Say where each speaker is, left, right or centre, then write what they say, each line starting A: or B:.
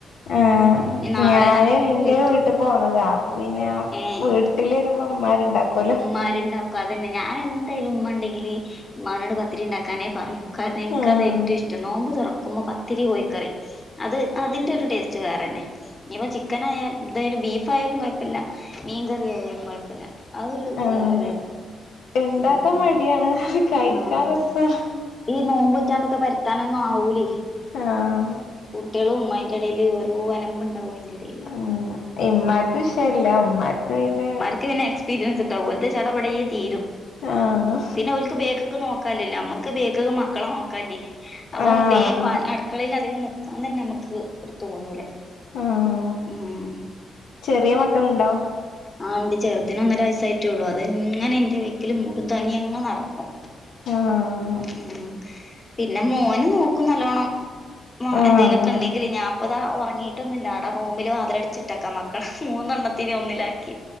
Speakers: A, on the left; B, on the left.
A: ആഹ
B: ഇനി നാളെ
A: ഞാന്
B: രാ
A: ന്റെ
B: എത്തും
A: വീട്ട പോന്നതാ അപ്പൊ പിന്നെ
B: ഏഹ്
A: വീട്ടിൽ വരുമ്പോ മാരുണ്ടാക്കല്ലോ
B: മാരുണ്ടാക്കും അതന്നെ ഞാൻ എന്തായാലും ഉമ്മ ഉണ്ടെങ്കില് ഉമ്മാനോട് പതിരി ഉണ്ടാക്കാനേ പറയും കാരണം എനിക്കതേറ്റോഷ്ടം
A: അങ്ങനെ
B: നോമ്പ് തുറക്കുമ്പോ പത്തിരി കോയിക്കറി അത് അതിന്റൊരു ടേസ്റ്റ് വേറെന്നെ ഇനിപ്പ ചിക്കനായാലും ന്തായാലും ബീഫായാലും കുഴപ്പൂല്ല മീൻകറിയായാലും കൊഴപ്പില്ല അതൊരു
A: ആഹ്
B: വേറരുതാ
A: ഇണ്ടാക്കാൻ
B: ഉഹ്
A: മടിയാണ് കഴിക്കാൻ
B: ആഹ്
A: രസാണ്
B: ഈ നോമ്പറ്റാണ്ടൊക്കെ പരുത്താനൊന്നാവൂലേ
A: ആഹ്
B: കുട്ട്യളും ഇമ്മായിന്റിടയില് ഒരലമ്പുണ്ടാവും അയിന്റെ ഇടയില്
A: ഉം ഇമ്മാക്ക് വിഷയല്ല ഇമ്മാക്ക് പിന്നെ
B: ഓക്ക് പിന്നെ എക്സ്പീരിയൻസിണ്ടാവും ഓളത് ചടപടയെ തീരും
A: ആഹ്
B: പിന്നെ ഓൾക്ക് ബേക് നോക്കല്ല നമ്മക്ക് ബേക്ക് മക്കളെ നോക്കേ അപ്പൊ
A: ആഹ്
B: വേ അടുക്കളൽ അധികം നിക്കാൻ തന്നെ നമുക്ക് ഒരു തോന്നൂല
A: ആഹ്
B: ഉഹ്
A: ചെറിയ മക്കളുണ്ടോ
B: ആ ഇണ്ട് ചെറുതിന് ഒന്നര വയസ്സായിട്ടേള്ളൂ അതിങ്ങനെ എന്റെ ബാക്കിൽ മുടും താങ്ങിയങ്ങനെ നടക്കും
A: ആഹ്
B: ഉം പിന്നെ മോനുനോക്കും നല്ലോണ്ണം
A: ആഹ്
B: എന്തേലോക്കെ ഉണ്ടെല് ഞാൻ ഇപ്പതാ ഉറങ്ങി ങ്ങിട്ടൊന്നുല്ല ആട റൂമിൽ വാതിലടിച്ചിട്ടക്കാം മക്കള മൂന്നെണ്ണത്തിനേം ഒന്നിലാക്കി